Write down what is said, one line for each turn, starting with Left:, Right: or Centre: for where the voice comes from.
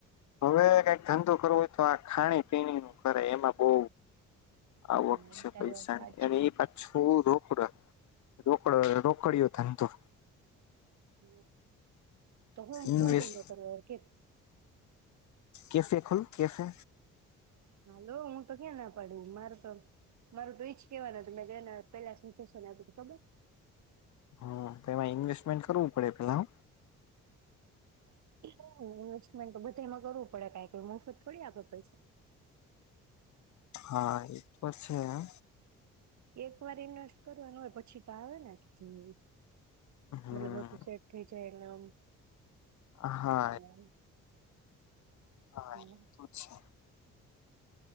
Left: હવે કઈક ધંધો કરવો હોય તો આ ખાણી પીણીનું કરે એમાં બો
Right: હા
Left: આવક
Right: એ
Left: છે
Right: તારી
Left: પૈસાની
Right: વાત સાચી
Left: અને ઈ પાછું બો રોકડ રોકડ રોકડયો ધંધો
Right: હ. તો હુ
Left: ઇન્વેસ્ટ
Right: હુ ધંધો કરવો કે
Left: કેફે ખોલું કેફે.
Right: હાલો હું તો ક્યાં ના પાડું મારું તો મારું તો ઈજ કેવાનું હતું મેં પેલા <unintelligible> ખબર.
Left: હમ તો એમાં ઇન્વેસ્ટમેન્ટ કરવું પડે પેલા હ.
Right: <inaudible> ઇન્વેસ્ટમેન્ટ તો બધા એમાં કરવું પડે મોફત થોડી આપે પૈસા.
Left: હા એતો વાત છે હ.
Right: એક વાર ઇન્વેસ્ટ કરવાનું હોય પછી તો આવેને. <unintelligible>
Left: હમ
Right: મતલબ બધુ શેટ થઈ જાય.
Left: હા
Right: <unintelligible> <unintelligible>
Left: હા
Right: આવે
Left: એ તો છે.